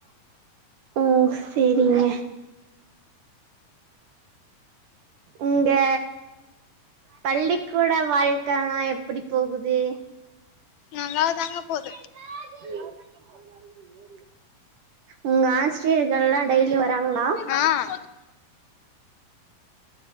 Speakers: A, on the right; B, on the left.
A: ம் சேரிங்க உங்க பள்ளி கூட வாழ்க்கலா எப்டி போகுது
B: நல்லா தாங்க போது
A: நல்லா தாங்க போது உங்க ஆஸ்ரிர்கள்லா டெய்லி வராங்ளா
B: ஆ